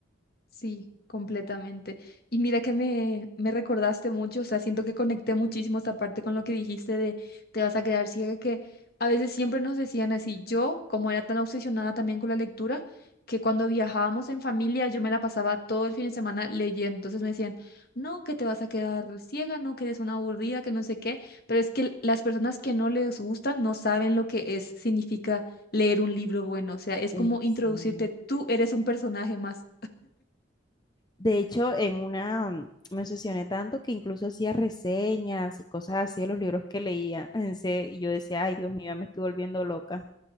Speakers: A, on the left; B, on the left.
A: Sí, completamente. Y mira que me, me recordaste mucho, o sea, siento que conecté muchísimo esa parte con lo que dijiste de te vas a quedar ciega, que a veces siempre nos decían así. Yo, como era tan obsesionada también con la lectura, que cuando viajábamos en familia yo me la pasaba todo el fin de semana leyendo. Entonces me decían, no, que te vas a quedar ciega, no, que eres una aburrida, que no sé qué. Pero es que las personas que no les gustan no saben lo que es, significa leer un libro bueno. O sea, es
B: Exacto.
A: como introducirte, tú eres un personaje más.
B: De hecho, en una mm, me obsesioné tanto que incluso hacía reseñas y cosas así de los libros que leía, en serio, y yo decía, ay, Dios mío, ya me estoy volviendo loca.